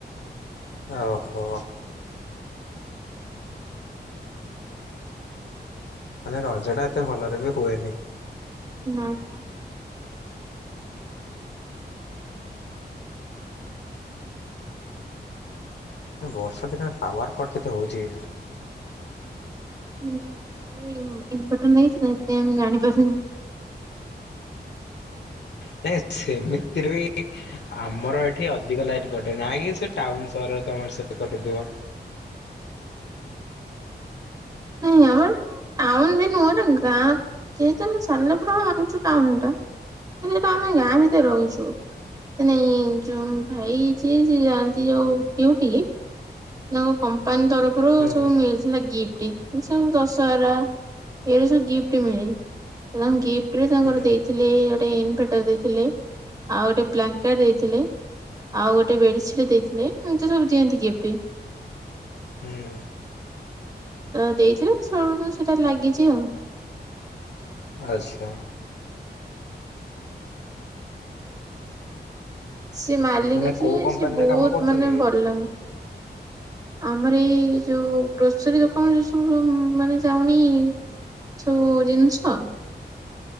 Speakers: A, on the left; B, on the right.
A: ଓହୋ। ମାନେ ରଜ ଟା ଏତେ ଭଲରେ ବି ହୁଏନି।
B: ନାଇଁ ପା।
A: ବର୍ଷା ଦିନେ ପାୱାର କଟ୍ କେତେ ହଉଚି।
B: ହୁଁ। ଆମର ଇନ୍ଭର୍ଟର ଲାଗିଚି ନା ହେଥିପାଇଁ ମୁଁ ଜାଣିପାରୁନି।
A: ନାଇଁ ସେମିତି ରେ ବି ଆମର ଏଠି ଅଧିକ ଲାଇନ୍ କଟେ। ନା କି ସେ ଟାଉନ ସହର ତମର ସେଠି କଟୁଥିବ।
B: <unintelligible> ଟାଉନ ବି ନୁହଁ, ଏଟା ଗାଁ। ମାନେ ଯେହେତୁ ଆମେ ସାଲେପୁର <unintelligible> ଟାଉନ ଟା। ମାନେ ହେଟା ଆମେ ଗାଁ ଭିତରେ ରହୁଚୁ। ସେ ନାଇଁ ଯୋଉ ଭାଇ ଯିଏ ସେ ଯାଆନ୍ତି ଯୋଉ ଡ୍ୟୁଟି ତାଙ୍କୁ କମ୍ପାନୀ ତରଫରୁ
A: ହୁଁ
B: ସବୁ ମିଳି ମାନେ ଗିଫ୍ଟ। ସବୁ ଦଶହରା ଏଇରା ସବୁ ଗିଫ୍ଟ ମିଳେ। ମାନେ ତାଙ୍କୁ ଗିଫ୍ଟ ରେ ତାଙ୍କର
A: ହୁଁ
B: ଦେଇଥିଲେ ଗୋଟେ ଇନ୍ଭର୍ଟର୍ ଦେଇଥିଲେ। ଆଉ ଗୋଟେ ବ୍ଲାଙ୍କେଟ ଦେଇଥିଲେ। ଆଉ ଗୋଟେ ବେଡସିଟ୍ ଦେଇଥିଲେ ଏମତି ସବୁ ଦିଅନ୍ତି ଗିଫ୍ଟ।
A: ହୁଁ
B: ତ ଦେଇଥିଲେ ସେଉଠୁ ତ ସେଟା ଲାଗିଚି ଆଉ।
A: ଆଚ୍ଛା।
B: ସେ ମାଲିକ
A: ମାନେ
B: ଯିଏ
A: କୋଉ କମ୍ପାନୀରେ
B: ସିଏ ବହୁତ
A: କାମ କରୁଛନ୍ତି
B: ମାନେ
A: କି?
B: ଭଲ। ଆମର ଏଇ ଯୋଉ ଗ୍ରୋସରୀ ଦୋକାନ ଯୋଉ ସବୁ ମାନେ ଯାଉନି ସବୁ ଜିନିଷ